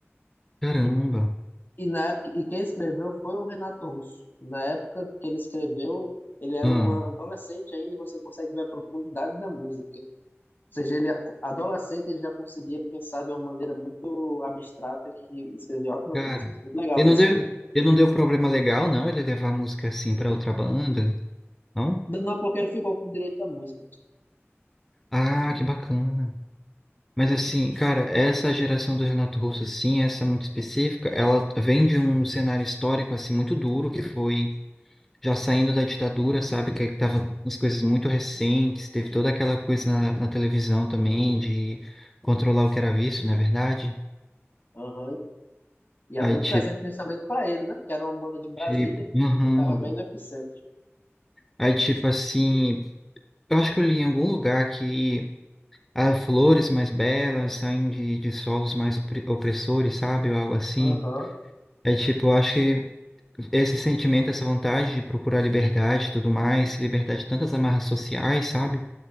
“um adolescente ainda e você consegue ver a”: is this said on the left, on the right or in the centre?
Left